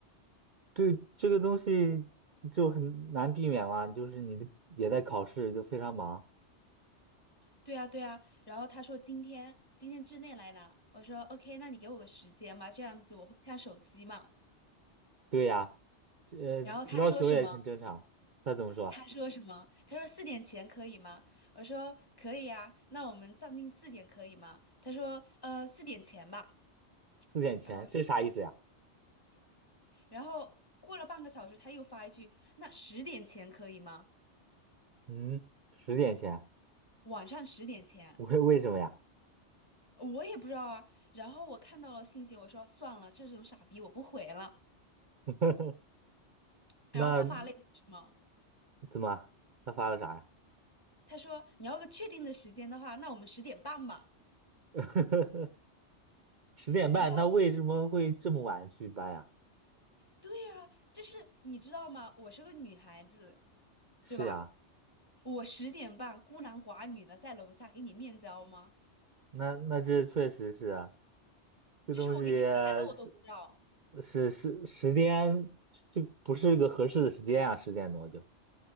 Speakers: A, on the right; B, on the left.
A: 对这个东西就很难避免嘛，就是你的也在考试，就非常忙。
B: 对啊，对啊，然后他说今天今天之内来拿，我说 OK，那你给我个时间吧，这样子我会看手机嘛。
A: 对呀，这呃要求也很正常。
B: 然后他说什么？
A: 他怎么说啊
B: 他说什么？他说四点前可以吗？我说可以啊，那我们暂定四点可以吗？他说呃四点前吧。
A: 四点前，
B: 然后。
A: 这啥意思呀？
B: 然后过了半个小时，他又发一句：“那十点前可以吗？
A: 嗯，十点前，
B: 晚上十点前。”
A: <laughs> 为为什么呀？
B: 我也不知道啊。然后我看到了信息，我说算了，这种傻逼我不回了。
A: <laughs>
B: 然后他发了一句什么？
A: 那怎么他发了啥呀？
B: 他说：“你要个确定的时间的话，那我们十点半吧。”
A: <laughs> 十点半，
B: 然后，
A: 他为什么会这么晚去搬呀？
B: 对呀、就是你知道吗？我是个女孩子，
A: 是呀。
B: 对吧？我十点半孤男寡女的在楼下给你面交吗？
A: 那那这确实是啊，这东西
B: 就是我给你来了，我都不知道。
A: 是是是十点，就不是个合适的时间啊，十点多就，